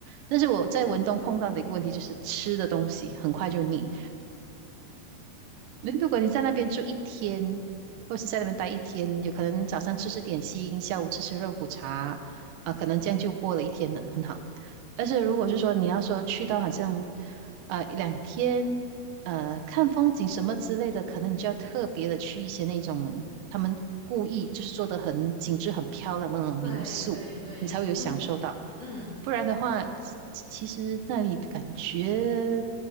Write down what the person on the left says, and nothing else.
对对对，
嗯嗯